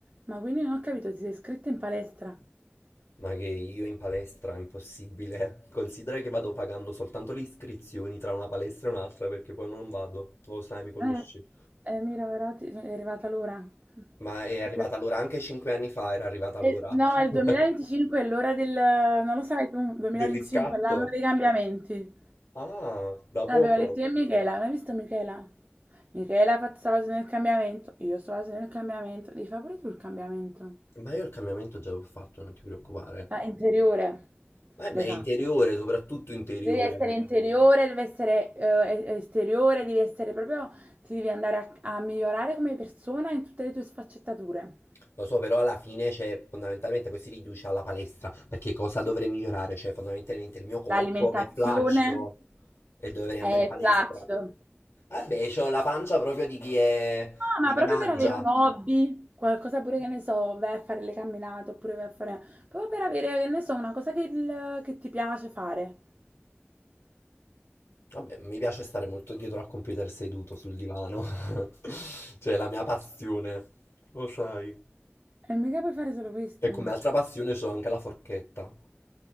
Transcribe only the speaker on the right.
Ma quindi non ho capito, ti sei iscritta in palestra?
Eh, eh, mira, però ti- è arrivata l'ora.
<laughs>
Eh, No,
il 2025 è l'ora del... Non lo sai tu, 2025
è l'anno dei cambiamenti.
L'abbiamo detto io e Michela, l'hai visto Michela? Michela fa- sta facendo il cambiamento, io sto facendo il cambiamento. Devi fare pure tu il cambiamento.
Ah, interiore,
l'hai
fatto.
Devi essere interiore, devi essere eh, e- esteriore, devi essere proprio, ti devi andare a, a migliorare come persona in tutte le tue sfaccettature.
L'alimentazione
è
clutch. Ah,
ma
proprio
per avere un hobby, qualcosa pure che ne so, vai a fare le camminate oppure vai a fare... Proprio per avere, che ne so, una cosa che, il- che ti piace fare.
E mica puoi fare solo questo.